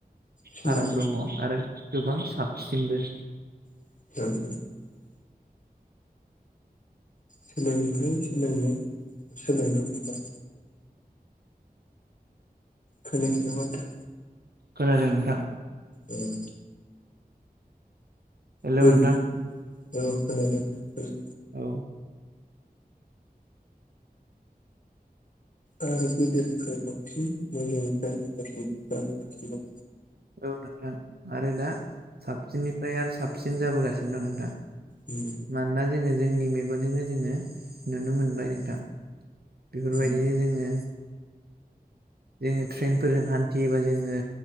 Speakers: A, on the left (about 55°); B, on the right (about 80°).
A: सोलायबाय
B: फाराग दङ आरो गोबां साबसिनबो
A: <unintelligible> सोलोंथाय सोलोंनाय सोलायनो हमबाय खोनायाखै नामा नोंथां
B: खोनादों नोंथां
A: उम
B: हेल'
A: गोदो
B: नोंथां
A: औ खोनादों थिगखौनो
B: औ
A: आरो गोदोनिफ्राय बांसिन मोजांनिफ्राय मोजां जाबोनो हमदों
B: औ नोंथां आरो दा साबसिननिफ्राय आरो साबसिन जाबोगासिनो दं नोंथां
A: उम
B: मानोना जोङो जोंनि मेगनजोंनो जोङो नुनो मोनबाय नोंथां बेफोरबायदिनो
A: उम
B: जोङो जोङो ट्रेनफोरजों हान्थियोबा जोङो